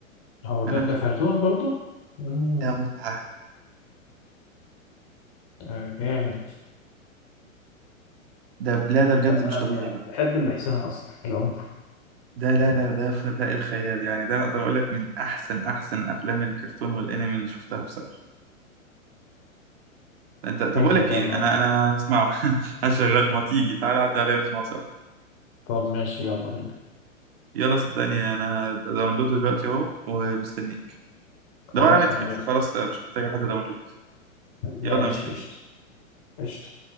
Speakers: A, on the left (about 25°); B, on the right (about 45°).
A: هو ده
B: انا
A: ده
B: مش
A: كرتون برضو امم
B: ده متعة
A: ده جامد
B: ده لا ده بجد مش
A: انا ب-
B: طبيعي بقى
A: بحب الاحسان اصلا في العموم
B: ده لا لا ده فداء الخيال يعني ده انا اقدر اقول لك من احسن احسن افلام الكرتون والانمي اللي شفتها بصراحه انت طب
A: حلو
B: اقول لك
A: ده
B: ايه
A: انا
B: انا
A: هظبط.
B: انا اسمعه <laughs> هشغل ما تيجي تعالى عدي عليا ونسمعه سوا
A: طب ماشي يلا بينا
B: يلا صدقني انا داونلوده دلوقتي اهو ومستنيك دور
A: خلاص
B: على نتفليكس
A: انا جاي
B: خلاص مش محتاجه حد داونلود يلا
A: ماشي
B: مستنيك
A: قشطة قشطة